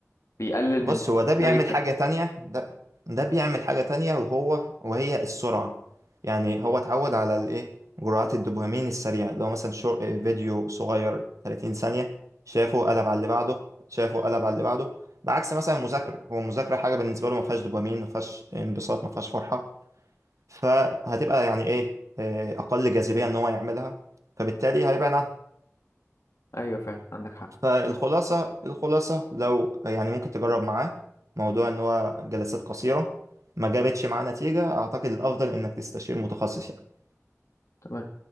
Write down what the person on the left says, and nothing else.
من
طريقة تفكير.
أيوة فعلا عندك حق
تمام